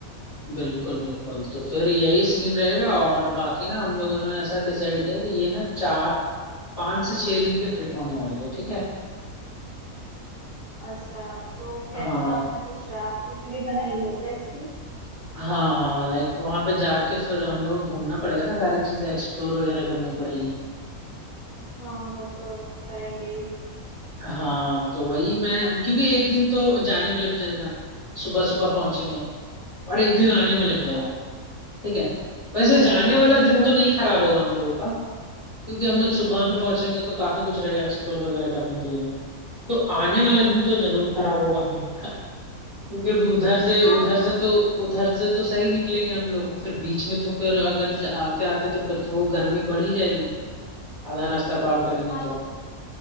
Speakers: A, on the left (about 30°); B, on the right (about 50°).
A: बिल्कुल बिल्कुल तो फिर यही सीन रहेगा और बाकी ना हम लोगों ने ऐसा डिसाइड किया कि ये ना चार पाँच से छह दिन की ट्रिप होने वाली है ठीक है
B: अच्छा तो कैसा
A: हाँ
B: आपने कुछ आइटिनरी बनाई है क्या इसकी
A: हाँ हाँ लाइक वहां पे जाके फिर हम लोगों को घूमना पड़ेगा ना सारी चीजें एक्सप्लोर वगैरह करनी पड़ेगी
B: हाँ वो तो करेंगे ही
A: हाँ तो वही मैं क्योंकि एक दिन तो जाने में लग जाएगा सुबह सुबह पहुंचेंगे और एक दिन आने में लग जाएगा
B: हाँ
A: ठीक है वैसे
B: वो
A: जाने
B: दो
A: वाला
B: दो
A: दिन तो
B: दिन
A: नहीं खराब होगा हम लोगों का क्योंकि हम लोग सुबह में पहुंचेंगे तो काफी कुछ रहेगा एक्सप्लोर वगैरह करने के लिए तो आने वाला दिन तो
B: जी।
A: जरूर खराब होगा हम लोग का क्योंकि अभी उधर से
B: हाँ
A: उधर
B: बताओ
A: से तो उधर से तो सही निकलेंगे हम लोग फिर बीच में तो फिर अगर आते आते तो फिर तो वो गर्मी बढ़ ही जाएगी आधा रास्ता पार करेंगे
B: हाँ
A: तो